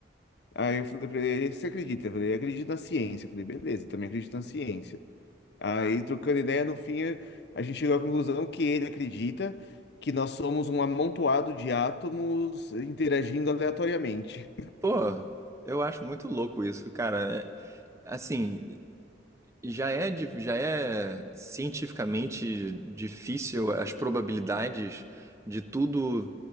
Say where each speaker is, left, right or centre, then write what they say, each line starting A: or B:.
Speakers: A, on the left; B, on the right.
A: Aí eu falei pra ele, você acredita? Eu falei, acredito na ciência. Eu falei, beleza, eu também acredito na ciência. Aí, trocando ideia, no fim, a gente chegou à conclusão que ele acredita que nós somos um amontoado de átomos interagindo aleatoriamente.
B: Pô, eu acho muito louco isso, cara. É, assim, Já é, di- já é cientificamente difícil as probabilidades de tudo